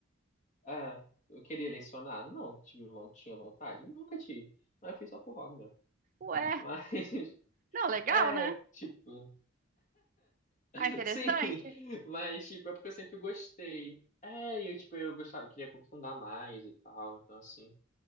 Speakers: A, on the left (about 40°); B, on the right (about 40°).
A: é, eu queria lecionar? Não, tive, von- tinha vontade? Nunca tive. Mas eu fiz só por hobby mesmo.
B: Ué,
A: Mas, <laughs>
B: não, legal,
A: é,
B: né?
A: tipo, <laughs>
B: Ah, interessante.
A: Sim, mas tipo, é porque eu sempre gostei. É, e eu tipo, eu gostava, queria aprofundar mais e tal, então assim.